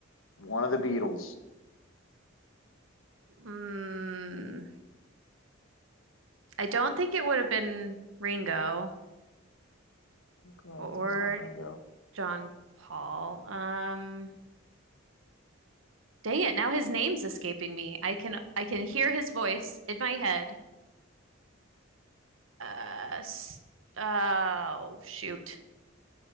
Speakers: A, on the left; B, on the right.
A: One of the Beatles.
B: Mm, I don't think it would have been Ringo
A: Correct.
B: or
A: It is not Ringo.
B: John Paul. Um, dang it, now his name's escaping me. I can I can hear his voice in my head. Uh, s- oh shoot.